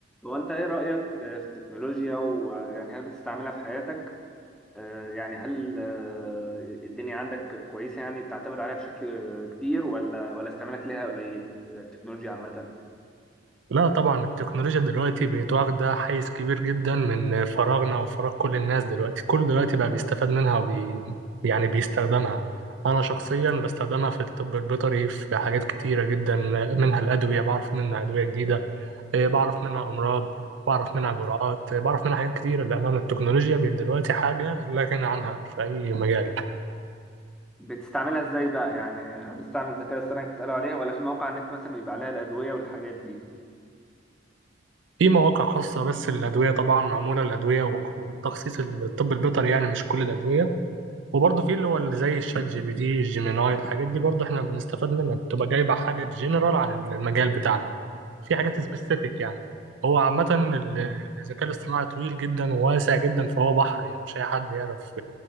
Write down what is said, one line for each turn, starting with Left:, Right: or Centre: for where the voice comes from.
Centre: هو انت ايه رأيك آه، في التكنولوجيا ويعني هل بتستعملها في حياتك آه، يعني هل آه، الدنيا عندك كويسة يعني بتعتمد عليها بشكل آه، كبير ولا ولا استعمالك ليها قليل آه، التكنولوجيا عامة
Right: لا طبعا التكنولوجيا دلوقتي بقت واخدة حيز كبير جدا من فراغنا وفراغ كل الناس دلوقتي كل دلوقتي بقى بيستفاد منها وبي يعني بيستخدمها أنا شخصيا بستخدمها في الطب البيطري في حاجات كتيرة جدا منها الأدوية بعرف منها أدوية جديدة آه، بعرف منها أمراض بعرف منها جرعات آه، بعرف منها حاجات كتيرة للأمانة التكنولوجيا بقت دلوقتي حاجة لا غنى عنها في أي مجال
Centre: بتستعملها ازاي بقى يعني هل بتستعمل الذكاء الاصطناعي تسأله عليها ولا في مواقع على النت مثلا بيبقى عليها الأدوية والحاجات دي
Right: في مواقع خاصة بس للأدوية طبعا معمولة للأدوية وتخصيص الطب البيطري يعني مش كل الأدوية وبرضه في اللي هو اللي زي الشات جي بي دي جيميناي الحاجات دي برضه احنا بنستفاد منها بتبقى جايبه حاجه جنرال عن المجال بتاعنا في حاجات سبيسيفيك يعني هو عامة ال- الذكاء الاصطناعي طويل جدا وواسع جدا فهو بحر يعني مش أي حد يعرف